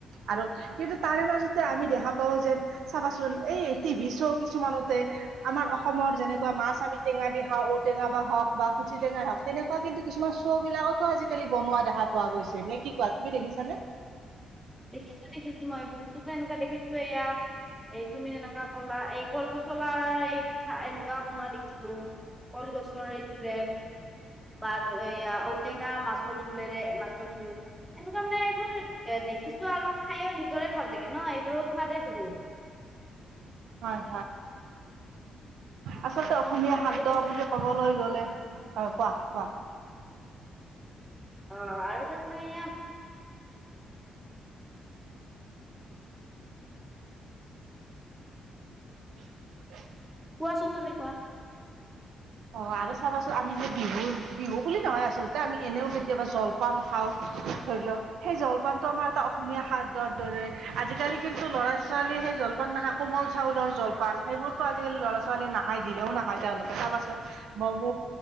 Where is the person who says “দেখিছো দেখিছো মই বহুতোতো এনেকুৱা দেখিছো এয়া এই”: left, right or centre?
Centre